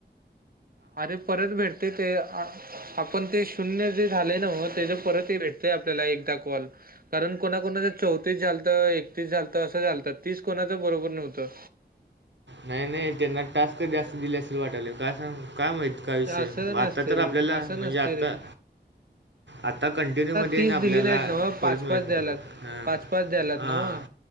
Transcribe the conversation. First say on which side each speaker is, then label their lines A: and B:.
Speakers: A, on the right; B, on the right.
A: अरे परत भेटते ते आपण ते शून्य जे झालेय ना म त्या परत भेटतय आपल्याला एकदा कॉल कारण कोणाकणाचं चौतीस झालतं एकतीस झालतं असं झालतं तीस कोणाच बरोबर नव्हतं
B: नाही नाही त्यांना टास्क जास्त दिल्या अस वाटायला काय सांगू काय माहित का विषय
A: असं नसते
B: आता तर
A: रे
B: आपल्याला
A: असं
B: म्हणजे
A: नसते
B: आता
A: रे
B: आता कंटिन्यू मध्ये
A: तीस
B: ये ना आपल्याला
A: दिली नाहीत नव्ह
B: परत
A: पाच
B: मिळत
A: पाच द्यायलात
B: नाही ह
A: पाच पाच द्यायलात
B: हा
A: नव्ह